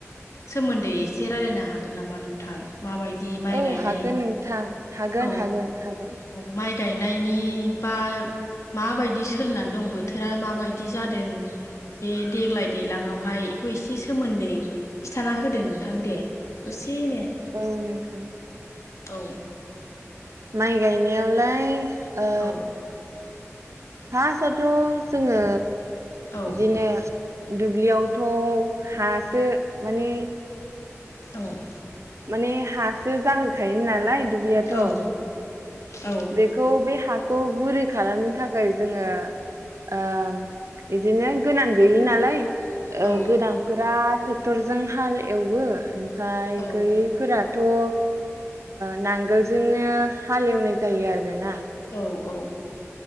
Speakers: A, on the left; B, on the right.
A: सोमोन्दै एसे रायजलायनो हा हागोन नामा नोंथां माबायदि माइ
B: औ
A: गायनाय
B: हागोन नोंथां हागोन
A: औ।
B: हागोन हागोन।
A: औ माइ गायनायनि बा माबायदि सोलिनानै दं बोथोरा माबायदि जादों बे देग्लाय दैलाङावहाय एखौ एसे सोमोन्दै खिथाना होदो नोंथां दे। ससेनो।
B: औ नोंथां।
A: औ।
B: माइ गायनायावलाय ओ
A: औ
B: फार्स्टआवथ' जोङो
A: औ
B: बिदिनो दुब्लियावथ' हासो माने
A: औ।
B: माने हासो जाग्रोखायो नालाय दुब्लियाथ'
A: औ औ
B: बेखौ बे हाखौ गुरै खालामनो थाखाय जोङो ओ। इदिनो गोनां गैयि नालाय ओ
A: औ
B: गोनांफोरा टरजों हाल एवो ओमफ्राय
A: औ
B: गैयैफोरा थ' ओ नांगोलजोंनो हालेवनाय जायो आरोना।
A: औ औ।